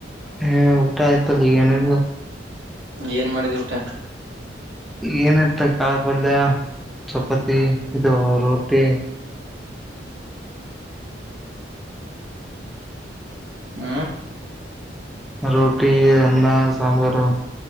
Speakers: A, in the centre; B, on the right.
A: ಹ ಊಟ ಆಯ್ತು ಬಿರಿಯಾನಿಗೂ
B: ಏನ್ ಮಾಡಿದ್ ಊಟ
A: ಏನಿತ ಕಾಳಿ ಪಲ್ಯ ಚಪಾತಿ ಇದು ರೋಟಿ
B: ಹ
A: ರೋಟಿ ಅನ್ನ ಸಾಂಬಾರು